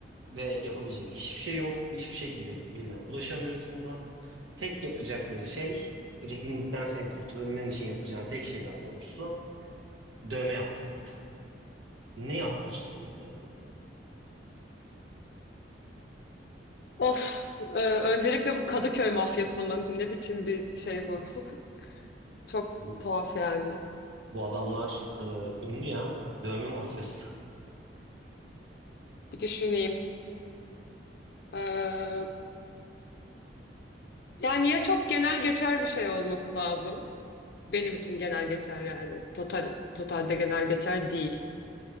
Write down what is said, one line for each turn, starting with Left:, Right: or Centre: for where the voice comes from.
Right: ve yapabileceğin hiçbir şey yok. Hiçbir şekilde birine ulaşamıyorsun da. Tek yapacakları şey rehinlikten seni kurtulabilmen için yapacağın tek şey daha doğrusu dövme yaptırmak. ne yaptırırsın o dövmeyi?
Left: Of, e, öncelikle bu Kadıköy mafyası mı? Ne biçim bir şey bu? <laughs> Çok
Right: Bu,
Left: tuhaf yani.
Right: bu adamlar e, ünlü ya. Dövme mafyası. <laughs>
Left: Bir düşüneyim. E, yani ya çok genel geçer bir şey olması lazım. Benim için genel geçer yani. Total, totalde genel geçer değil.